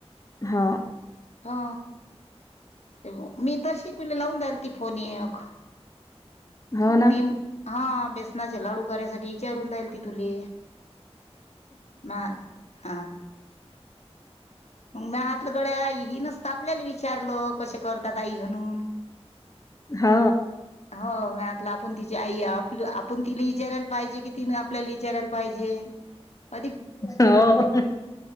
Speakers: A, on the left (about 30°); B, on the left (about 80°).
A: हा
B: हा ते मी तशी तुला लावून द्यायल ती फोन एक
A: हो ना
B: मी हा बेसनाचे लाडू करायसाठी विचारून राहिले तुले ना ह मग म आतलं गळ हनच आपल्याला विचारलं कसं करतात आई म्हणून
A: हो
B: हो मतलं आपण तिची आई आप आपुन तिली विच्यारायला पाइजी कि तिन आपल्याला विच्यारायला पाहिजे <unintelligible>
A: हो